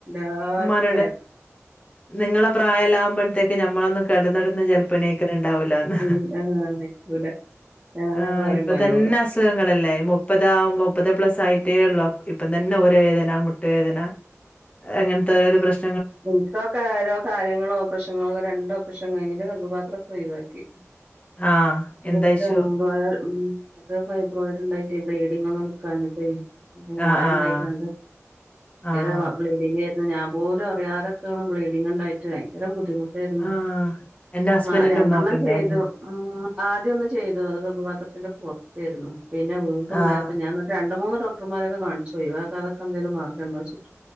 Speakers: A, on the right; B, on the left.
A: ആഹ്പ്പ-
B: ഉമ്മാനോട് നിങ്ങളെ പ്രായെല്ലാമ്പോഴത്തേക്ക് ഞമ്മളൊന്ന്- കടന്നടന്ന ചെലപ്പണീക്കല്ണ്ടാവൂലാന്ന്
A: ഉം ആഹ് നിക്കൂല ഞാന്
B: ആ്
A: പറയും
B: ഇപ്പ
A: ഇമ്മാനോട്
B: തന്നെ അസുഖങ്ങളല്ലേ മുപ്പതാ മുപ്പതേ പ്ലസ് ആയിട്ടേ ഉള്ളു പ്പം തന്നെ ഊരവേദന മുട്ടുവേദന അങ്ങനത്തെ പ്രശ്ന-
A: നിക്കൊക്കോരോ കാര്യങ്ങളോപ്പറേഷങ്ങളോക്കെ രണ്ട് ഓപ്പറേഷൻ കഴിഞ്ഞിട്ട് ന്റെഗർഭപാത്രക്കെ ഒയിവാക്കി
B: ആഹ്.
A: <unintelligible>
B: എന്തായിശു
A: അത് ഫൈബ്രോയിഡ്ണ്ടായിട്ടേ ബ്ലീഡിങ് ഒന്നും നിക്കാഞ്ഞിട്ടേ
B: ആഹ്
A: മഴണ്ടായ്ട്ടാണ്ട്
B: ആഹ്. ആഹ്
A: എ ബ്ലീഡിങ്ങാരുന്നു ഞാൻ പോലോ- <unintelligible> ബ്ലീഡിങ്‌ ഒണ്ടായിട്ട് ഭയങ്കര ബുദ്ധിമുട്ട് <unintelligible>
B: ആഹ്. എന്റെ ഹസ്ബൻഡിന്റെ
A: ആ രണ്ടെണ്ണം
B: ഉമ്മാക്കുണ്ടായിരുന്നു.
A: ചെയ്തു ആ ആദ്യൊന്ന് ചെയ്തു അത് ഗർ ഭപാത്രത്തിന്റെ പൊറത്തേരുന്നു പിന്നെ വീണ്ടുണ്ടായപ്പ
B: ആഹ്.
A: ഞാ <unintelligible> ണ്ട് മൂന്ന് ഡോക്ടർമാരൊക്കെ കാണിച്ചൊയ് വാക്കാതെക്കന്തേലും മാർഗം ഉണ്ടോെച്ട്ട്